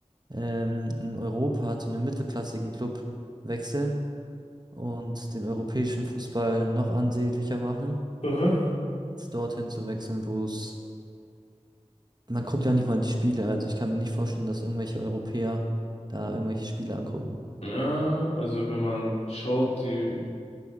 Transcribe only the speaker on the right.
ähm, in Europa zu einem mittelklassigen Club wechseln und den europäischen Fußball noch ansehnlicher machen,
als dorthin zu wechseln, wo es, man guckt ja nicht mal die Spiele, also ich kann mir nicht vorstellen, dass irgendwelche Europäer da irgendwelche Spiele angucken.